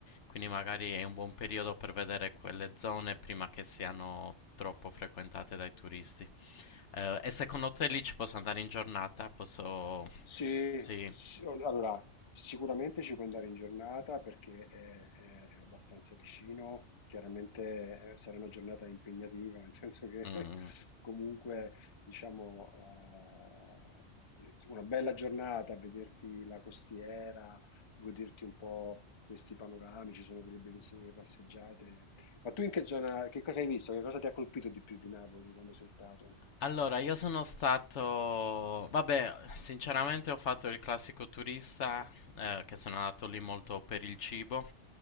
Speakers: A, on the left; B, on the left.
A: quindi magari è un buon periodo per vedere quelle zone prima che siano troppo frequentate dai turisti. Eh, e secondo te lì ci posso andare in giornata? Posso...
B: Sì,
A: Sì.
B: sì, o- allora sicuramente ci puoi andare in giornata perché è, è- è abbastanza vicino, chiaramente eh, sarà una giornata impegnativa, nel senso che
A: Mm,
B: <laughs> comunque diciamo eh, una bella giornata, vederti la costiera, goderti un po' questi panorami, ci sono delle bellissime passeggiate. Ma tu in che zona, che cosa hai visto? Che cosa ti ha colpito di più di Napoli quando sei stato?
A: Allora, io sono stato... Vabbè, sinceramente ho fatto il classico turista, eh, che sono andato lì molto per il cibo.